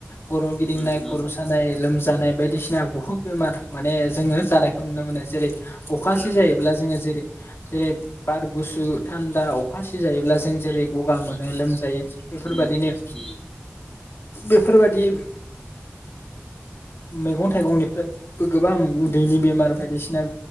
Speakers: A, on the left (about 70°); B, in the centre.
A: खर' गिदिंनाय
B: उम उम
A: खर' सा लोमजानाय बायदिसिना बहुत बेमार माने जोङो जानायखौ नुनो मोनो जेरै अखासि
B: मोनो मोनो
A: जायोब्ला
B: मोनो
A: जोङो जेरै जेरै बार गुसु थान्दा अखा सिजायोब्ला जों जेरै गगा मोनो लोमजायो बेफोरबादिनो
B: उम उम
A: बेफोरबादि मैगं थाइगंनिफ्रायबो गोबां उदैनि बेमार बायदिसिना